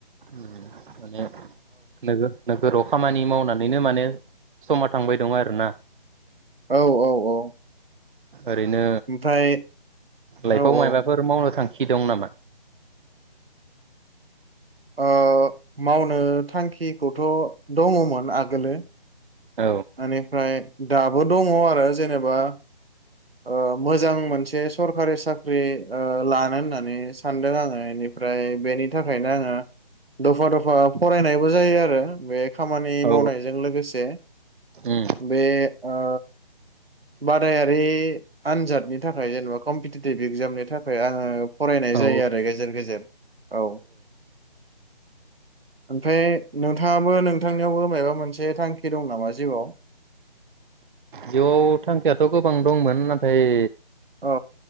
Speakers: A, on the right (about 60°); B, on the right (about 80°).
A: उम माने नोंगो नोंगो नोगोराव खामानि मावनानैनो माने समा थांबाय दं आरोना।
B: औ औ औ।
A: ओरैनो
B: ओमफ्राय
A: लाइफाव
B: औ
A: मायबाफोर
B: औ
A: मावनो थां खि दं नामा?
B: ओ मावनो थांखिखौथ' दङमोन आगोलो
A: औ
B: ओनिफ्राय दाबो दङ आरो जेनेबा। ओ मोजां मोनसे सरखारि साख्रि ओ लानो होननानै सानदों आङो इनिफ्राय बेनि थाखायनो आङो दफा दफा फरायनायबो जायो आरो बे खामानि
A: औ
B: मावनायजों लोगोसे
A: उम
B: बे ओ बादायारि आनजादनि थाखाय जेनेबा कम्पिटिटिभ इक्जामनि थाखाय आङो फरायनाय
A: औ
B: जायो आरो गेजेर गेजेर औ। ओमफ्राय नोंथाङाबो नोंथांनियावबो माबा मोनसे थांखि दं नामा जिउआव?
A: जिउआव थांखियाथ' गोबां दंमोन नाथाय
B: औ।